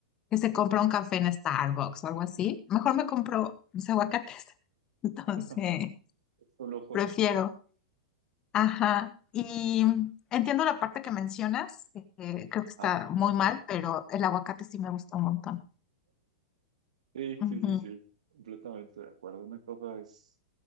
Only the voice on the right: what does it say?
<laughs> Es un lujo.
Ajá.
Sí, sí,
sí, sí, completamente de acuerdo. Una cosa es